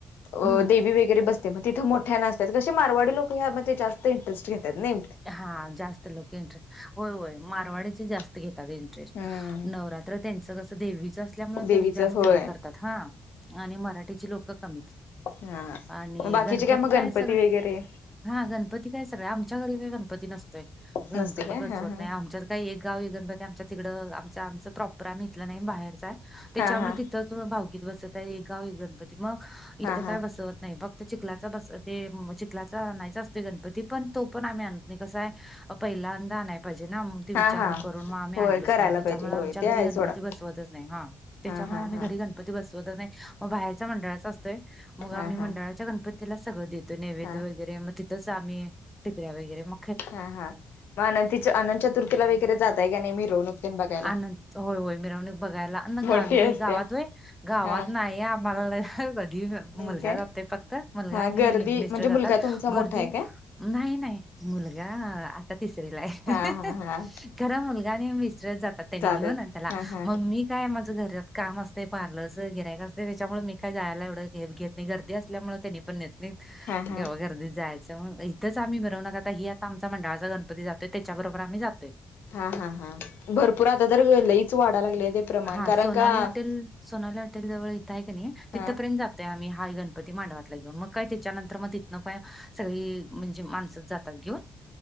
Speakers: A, on the left; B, in the centre.
A: अ
B: हम्म
A: दे व्ही वैगेरे बसते मग तिथ मोठ्यान असत्यात कसे मारवाडी लोक ह्यामध्ये जात इंटरेस्ट घेत्यात नई.
B: हा जास्त लोक इंट्रे होय होय मारवाड्याचे
A: हम्म
B: जास्त. ते घेतात इंटरेस्ट
A: हम्म
B: नवरात्र त्यांच कस देवीच असल्यामुळे
A: देवीच
B: त्यांनी जास्त
A: होय
B: हे कर हा आणि मराठीची लोकं कमीच
A: हा
B: आणि
A: मग बाकीचे
B: गणपती
A: मग
B: काय सगळं
A: वगैरे
B: हा गणपती काय सगळं आमच्या घरी काय गणपती नसतोय गणपती
A: नसते काय
B: बसवत
A: हा हा
B: नाई आमच्या काई एक गाव गणतीती आमच्या तिकडं आमच आमच प्रॉपर आम्ही इथलं नाई बाहेरच हाय तेच्यामुळ
A: हा हा
B: तिथ तच भावकीत बसताय एक गाव एक गणपती मग इथं
A: हा हा
B: काय बसवत नाय भक ते चिकलाचा बस ते चिकलाचा आणायचा आसतोय गणपती पण तो आम्ही आण पहिलांदा आणाय पाहिजे ना. ते विचारून
A: हा हा
B: करून मग आम्ही
A: होय
B: आणलोच
A: करायला
B: नाही त्याच्यामुळे
A: पाहिजे
B: आमच्या
A: होय ते
B: घरी
A: आहे
B: गणपती
A: सोडा
B: बसवतच नाही ह त्याच्यामुळे
A: हा हा
B: आम्ही
A: हा
B: घरी गण पती बसवतच नाई मग बाहेरचा मंडळाचा असतोय मग
A: हा
B: आम्ही मंडळाच्या
A: हा
B: गणपतीला सगळं देत त नैवेद्य
A: हा
B: वगैरे मग तिथच आम्ही टिपऱ्या वगैरे म
A: हा हा. म अनंतीच्या अनंत चतुर्थीला वगैरे जाताय का नाई मिरवणूक टेन बघाय.
B: अनंत होय होय मिरवणूक बघायला्
A: मोठी
B: गावी
A: असत्या
B: गावातय गावात
A: हा
B: नाही आम्हाला नाही.
A: नाही
B: मुलगा
A: काय
B: जातय फक्त मुलगा
A: हा
B: आणि
A: गर्दी
B: हे मिस्टर
A: म्हणजे
B: जातात
A: मुलगा तुमचा
B: गर्दी.
A: मोठा आहे काय
B: नाही नाही मुलगा आता तिसरीला आहे.
A: हा हा हा
B: खरं मुलगा न विसरत जातात त्यानी
A: जातात
B: घेऊन त्याला
A: हा हा
B: मगं. मी काय माझं घरात काम असते पार्लरचं गिरायक असते त्याच्यामुळे मी काय जायला एवढं घे - घेत. गर्दी असल्यामुळे त्यांनी पण नेत नाही
A: हा हा
B: गव्हा गर्दीत जायचं मग इथंच आम्ही मिरवणूक नकातं. ह आमचा मंडळाचा गणपती जातोय त्याच्याबरोबर आम्ही जातोयं.
A: हा हा हा भरपूर आता तर लईच वाढा लागलेय ते प्रमाण
B: हा
A: कारण
B: सोनाली
A: का
B: हॉटेल
A: -
B: सोनाली हटेल जवळ इथं आहे का नाही तिथंपर्यंत
A: हा
B: जातं. ते आम्ही हा गणपती मांडवातला घेऊन मग काय त्याच्यानंतर मग तथनं पण सगळी म्हणजे माणस जातं. थँक्यू <inaudible>